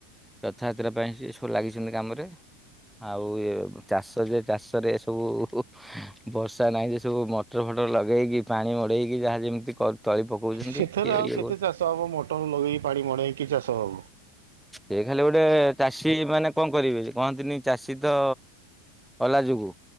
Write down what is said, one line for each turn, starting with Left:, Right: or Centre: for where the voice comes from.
Centre: ରଥଯାତ୍ରା ପାଇଁ ସେ ସବୁ ଲାଗିଛନ୍ତି କାମରେ। ଆଉ ଏ ଚାଷ ଯେ ଚାଷରେ ଏସବୁ ବର୍ଷା ନାହିଁ ଯେ ସବୁ ମଟର ଫଟର ଲଗେଇକି ପାଣି ମଡେଇକି ଯାହା ଯେମିତି କରି ତଳି ପକଉଛନ୍ତି,
Right: ସେଥିରେ
Centre: କି
Right: ଆଉ
Centre: ଇଏ
Right: <unintelligible> ମଟର ଲଗେଇ ପାଣି ମଡ଼େଇକି ଚାଷ ହବ।
Centre: <unintelligible> ଖାଲି ଗୋଟେ ଚାଷୀ ମାନେ କଣ କରିବେ? କୁହନ୍ତିନି ଚାଷୀ ତ ଅଲାଯୁଗୁ